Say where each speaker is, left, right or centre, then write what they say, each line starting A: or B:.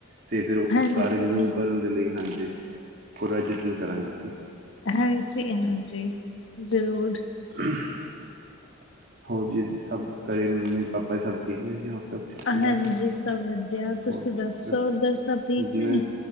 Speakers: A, on the right; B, on the left.
A: ਤੇ ਫੇਰ ਉਸ
B: ਹਾਂਜੀ
A: ਕਾਰਜ ਨੂੰ ਕਰਨ ਦੇ ਲਈ ਹਾਂਜੀ ਪੂਰਾ ਯਤਨ ਕਰਾਂਗੇ ਜੀ
B: ਹਾਂਜੀ ਹਾਂਜੀ ਜ਼ਰੂਰ
A: ਹ ਹੋਰ ਜੀ ਸਭ ਘਰੇ ਮੰਮੀ ਪਾਪਾ ਸਭ ਠੀਕ ਨੇ ਜੀ ਹੋਰ ਸਭ ਠੀਕ ਚੱਲਦਾ
B: ਹਾਂਜੀ
A: ਪਿਆ
B: ਸਭ ਵਧੀਆ ਤੁਸੀਂ
A: ਹੋਰ
B: ਦੱਸੋ
A: ਦੱਸ
B: ਉਧਰ ਸਭ ਠੀਕ
A: ਹੁਣ ਜਿਵੇਂ
B: ਨੇ